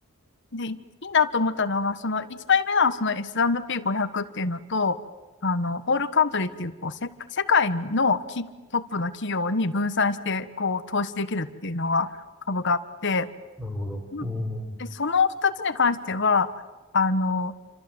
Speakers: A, on the left; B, in the centre.
A: で、いいなと思ったのが、その1枚目のその S&P500 っていうのと、あの、オールカントリーっていうこうせ、世界のきトップの企業に分散してこう投資できるっていうのが株があって、
B: なるほど。
A: うん
B: うん、
A: で、その2つに関しては、あの、